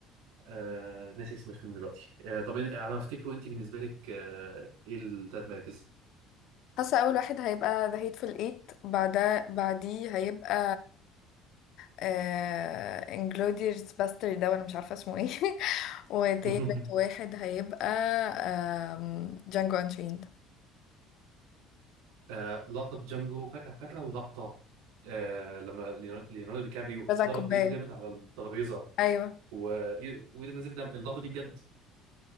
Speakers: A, on the right; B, on the left.
A: آه ناسي اسم الفيلم دلوقتي آه طب إن- على ما افتكره انت بالنسبه لك آه ايه الثلاث مراكز؟
B: حاسة أول واحد هيبقى The Hateful Eight بعدها بعديه هيبقى آه... Inglourious Bastard ده وأنا مش عارفة اسمه ايه <laughs> وتالت
A: <laughs>
B: واحد هيبقى آم... Django Unchained
A: آه لقطه في جانجو فاكره فاكره اللقطه آه لما ليوناردو ليوناردو دي كابريو
B: بس على
A: ضرب
B: الكوباية
A: بايده جامد على الترابيزه
B: أيوه
A: و- وايده نزل دم اللقطه دي بجد